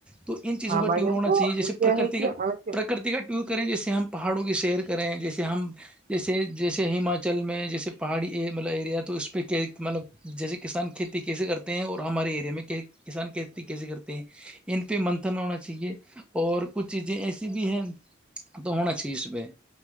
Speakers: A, in the centre; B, on the right.
A: تو ان چیزوں
B: ہاں
A: کا
B: بھائی
A: ٹیور
B: جان
A: ہونا
B: تو
A: چاہیے جیسے
B: کیا
A: پرکرتی
B: ہے کہ
A: کا
B: مطلب کہ
A: پرکرتی کا ٹیور کریں جیسے ہم پہاڑوں کی سیر کریں جیسے ہم جیسے جیسے ہماچل میں جیسے پہاڑی مطلب ایریا تو اس پہ کیا مطلب جیسے کسان کھیتی کیسے کرتے ہیں اور ہمارے ایریا میں کسان کھیتی کیسے کرتے ہیں ان پہ منتن ہونا چاہیے اور کچھ چیزیں ایسی بھی ہے تو ہونا چاہیے اس میں